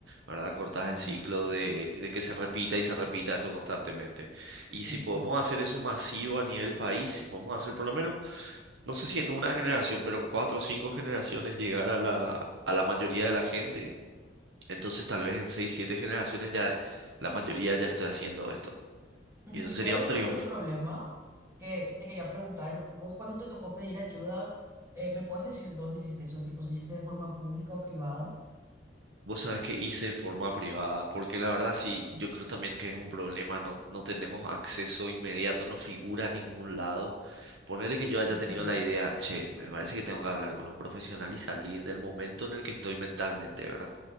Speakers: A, on the right; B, on the right.
A: ¿verdad? Cortás
B: Ujú.
A: el ciclo de, de que se repita y se repita esto constantemente.
B: Sí.
A: Y si podemos hacer eso masivo a nivel país, si podemos hacer por lo menos, no sé si en una generación, pero en cuatro o cinco generaciones llegar a la, a la mayoría de la gente, entonces tal vez en seis, siete generaciones ya la mayoría ya esté haciendo esto.
B: Ujú.
A: Y eso sería
B: Y hay
A: un triunfo.
B: otro problema que te quería preguntar, vos cuando te tocó pedir ayuda, eh, ¿me puedes decir dónde hiciste esos tipos? ¿Hiciste de forma pública o privada?
A: Vos sabés que hice de forma privada, porque la verdad sí, yo creo también que es un problema, no, no tenemos acceso inmediato, no figura en ningún lado. Ponerle que yo haya
B: Ujú.
A: tenido la idea, che, me parece que tengo que hablar con un profesional y salir del momento en el que estoy mentalmente, ¿verdad?